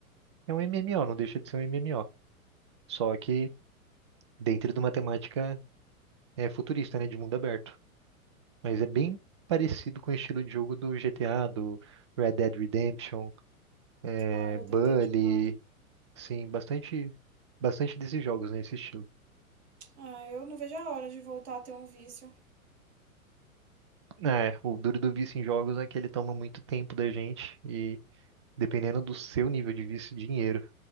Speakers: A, on the right; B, on the right.
A: é um MMO, não deixa de ser um MMO, só que dentro de uma temática é, futurista, né, de mundo aberto. Mas é bem parecido com o estilo de jogo do GTA, do Red Dead Redemption, é,
B: Ah, eu
A: Bully,
B: tentei jogar.
A: sim, bastante, bastante desses jogos nesse estilo.
B: Ah, eu não vejo a hora de voltar a ter um vício.
A: É, o duro do vício em jogos é que ele toma muito tempo da gente e dependendo do seu nível de vício, dinheiro.